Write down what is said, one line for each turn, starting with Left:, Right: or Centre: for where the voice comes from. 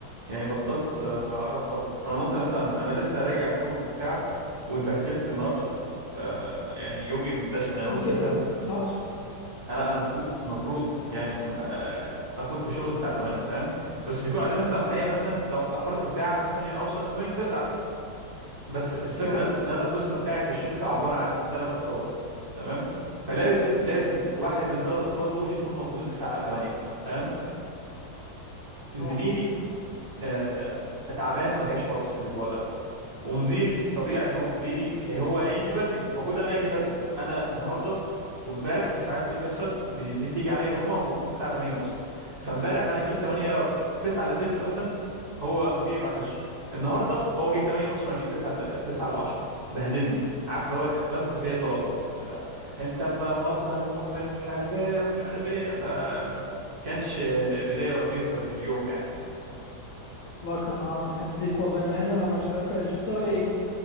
Right: يعني بطلت آه، اروح خالص انا اصلا لسه انا لسه راجع من شغل من ساعه واتبهدلت النهارده ف يعني يومي مدشمل انا
Left: ليه
Right: قمت
Left: كده
Right: الساعه
Left: إيه اللي حصل
Right: انا انا المفروض مفروض يعني آه، اكون في الشغل الساعه 8 تمام بس بيكون عندنا مثلا محيه مثلا لو اتاخرت ساعه مثلا يعني اوصل من 8 ل 9 بس الفكره
Left: اه
Right: ان انا القسم بتاعي في الشركه عباره عن ثلاث افراد تمام فلازم لازم واحد من الثلاث افراد دول يكون موجودين الساعه 8 تمام فزميلي
Left: اه
Right: آه، تعبان وما جاش خالص الاسبوع ده ومديري طبيعي عشان هو مديري مش هي- هو هيجي بدري المفروض انا اجي بدري انا النهارده وامبارح مش عارف ايه اللي بيحصل بي- بتيجي عليا نومه وبقوم من الساعه 8 ونص فامبارح انا جيت 8 9 الا تلت مثلا هو مديري ما لاحظش النهارده هو جه 8 ونص وانا جيت 9 ل- 9 الا 10 بهدلني عارف اللي هو اتمسح بيا البلاط ف- انت م- مقصر ومهمل ومش عارف ايه ومش عارف ايه ف كانش آه، بدايه لطيفه لليوم يعني
Left: لا كان اه نحس بيك والله مع ان انا ما اشتغلت انت بتشتغل ايه